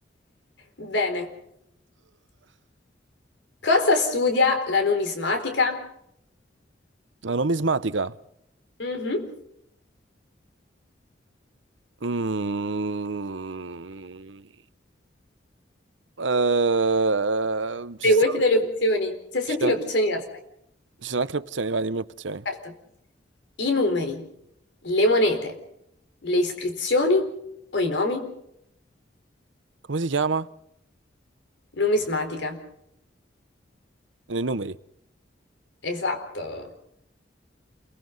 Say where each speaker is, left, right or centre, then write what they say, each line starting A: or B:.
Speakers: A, on the left (about 75°); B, on the right (about 90°).
A: Bene. Cosa studia la numismatica?
B: La numismatica.
A: Mhm.
B: Mm. Eh, ci
A: Se
B: sono,
A: vuoi ti do le opzioni, se senti
B: ci sono-
A: le opzioni la sai,
B: ci sono anche le opzioni, vai, dimmi le opzioni.
A: certo. I numeri, le monete, le iscrizioni o i nomi?
B: Come si chiama?
A: Numismatica.
B: Nei numeri.
A: Esatto.